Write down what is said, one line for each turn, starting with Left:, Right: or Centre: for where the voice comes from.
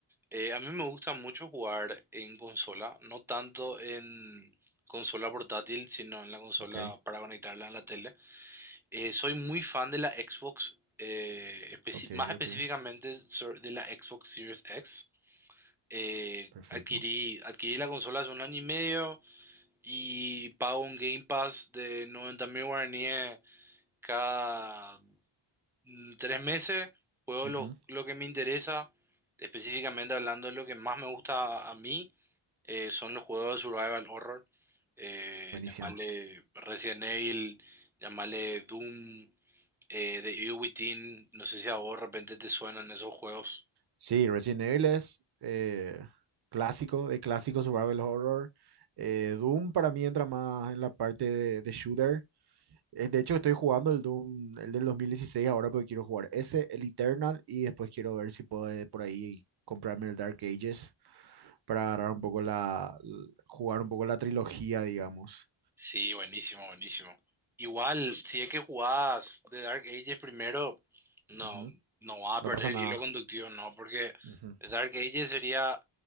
Centre: eh, a mí me gusta mucho jugar en consola, no tanto en consola portátil, sino en la consola
Right: Ok,
Centre: para conectarla en la tele. Eh, soy muy fan de la Xbox, eh, especi-
Right: ok,
Centre: más específicamente
Right: ok,
Centre: so- de la Xbox Series X. Eh,
Right: perfecto.
Centre: adquirí, adquirí la consola hace un año y medio y pago un Game Pass de noventa mil guaraníes cada mm, tres meses, juego
Right: Ujú,
Centre: lo, lo que me interesa, específicamente hablando, lo que más me gusta a mí eh, son los juegos de survival horror, eh,
Right: Buenísimo.
Centre: llamarle Resident Evil, llamarle Doom, eh, The Evil Within, no sé si a vos de repente te suenan esos juegos.
Right: Sí, Resident Evil es eh, clásico, de clásico survival horror. Eh, Doom para mí entra más en la parte de, de shooter. Eh, De hecho, estoy jugando el Doom, el del 2016 ahora porque quiero jugar ese, el Eternal, y después quiero ver si puedo eh, por ahí comprarme el Dark Ages para agarrar un poco la, l- jugar un poco la trilogía, digamos.
Centre: Sí, buenísimo, buenísimo. Igual, si es que jugás The Dark Ages primero, no,
Right: Ujú.
Centre: no vas a
Right: No
Centre: perder
Right: pasa
Centre: el
Right: nada.
Centre: hilo conductivo, no, porque
Right: Ujú.
Centre: The Dark Ages sería